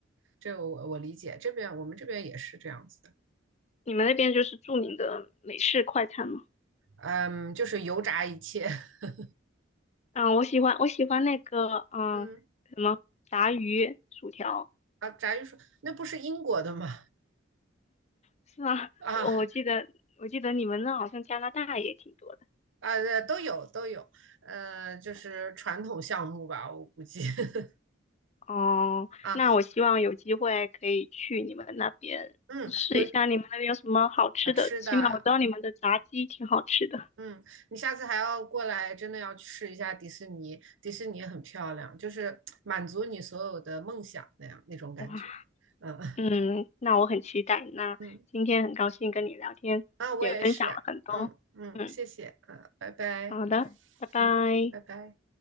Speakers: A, on the right; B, on the left.
A: 这个我我理解，这边我们这边也是这样子的，
B: 你们那边就是著名的美式快餐吗？
A: 嗯，就是油炸一切，<laughs>
B: 嗯，我喜欢我喜欢那个嗯什么炸鱼薯条
A: 嗯啊，炸鱼薯那不是英国的吗？
B: 是吗？
A: 啊
B: <laughs> 我我记得我记得你们那好像加拿大也挺多的
A: 啊，呃都有都有，呃，就是传统项目吧，我估计 <laughs>
B: 哦。
A: 啊，
B: 那我希望有机会可以去你们那边试一下，
A: 嗯，有
B: 你们那边有什么好吃的？
A: 啊吃的，
B: 起码我知道你们的炸鸡挺好吃的。
A: 嗯，你下次还要过来，真的要去试一下迪士尼，迪士尼很漂亮，就是满足你所有的梦想那样那种感觉，
B: 哇，
A: 嗯
B: 嗯，那我很期待。那今天很高兴跟你聊天，
A: <laughs> 嗯啊，我也是，
B: 也分享了很多。
A: 嗯嗯，
B: 嗯，
A: 谢谢，嗯，拜拜。
B: 好的，拜拜。
A: 嗯，拜拜。